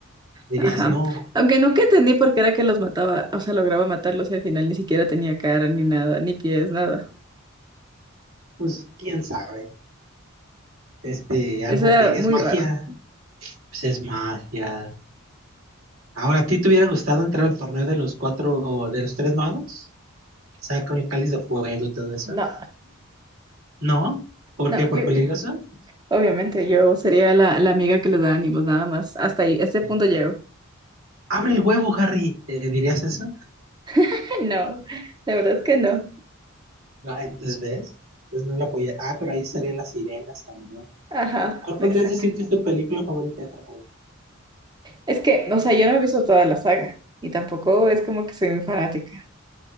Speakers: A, on the right (about 70°); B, on the right (about 20°).
A: Dirías,
B: Ajá.
A: no,
B: Aunque nunca entendí por qué era que los mataba, o sea, lograba matarlos y al final ni siquiera tenía cara, ni nada, ni pies, nada.
A: pues quién sabe. Este, algo
B: Eso era
A: que
B: muy
A: es magia,
B: raro.
A: pues es magia. Ahora, ¿a ti te hubiera gustado entrar al torneo de los cuatro, de los tres magos? O sea, con el cáliz de fuego y todo eso.
B: No,
A: ¿No? ¿Por
B: no,
A: qué? ¿Por
B: yo,
A: peligroso?
B: Obviamente, yo sería la, la amiga que les da ánimos, nada más. Hasta ahí, a
A: Sí.
B: este punto llego.
A: Abre el huevo, Harry. Eh, ¿dirías eso?
B: <laughs> No, la verdad es que no.
A: No, entonces ves. Entonces no lo apoyé. Ah, pero ahí estarían las sirenas también.
B: Ajá,
A: ¿Cuál podrías
B: exacto.
A: decir que es tu película favorita de Harry?
B: Es que, o sea, yo no he visto toda la saga y tampoco es como que soy muy fanática.